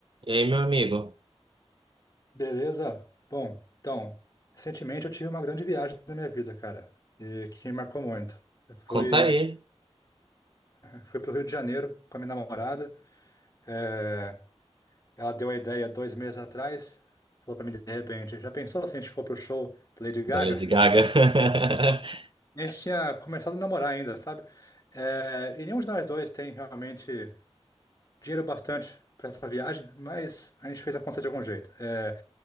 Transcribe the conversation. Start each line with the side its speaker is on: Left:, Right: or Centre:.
Right: E aí, meu amigo?
Left: Beleza? Bom, então, recentemente eu tive uma grande viagem na minha vida, cara, e que me marcou muito. Eu fui,
Right: Conta aí,
Left: fui pro Rio de Janeiro com a minha namorada. é, ela deu a ideia dois meses atrás, falou pra mim de repente, já pensou se a gente for pro show da Lady Gaga?
Right: da Lady Gaga. <laughs>
Left: E a gente tinha começado a namorar ainda, sabe? É, e nenhum de nós dois tem realmente dinheiro bastante para essa viagem, mas a gente fez acontecer de algum jeito. É,